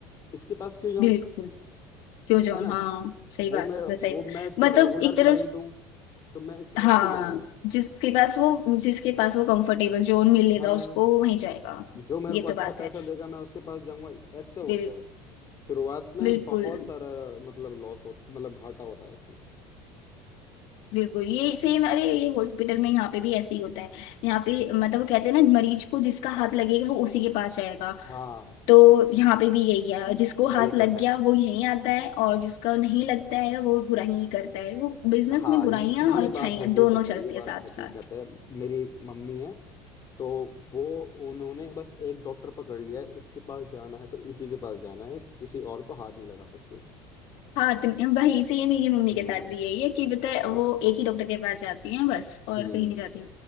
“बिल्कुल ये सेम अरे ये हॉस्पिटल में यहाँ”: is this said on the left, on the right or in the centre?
Left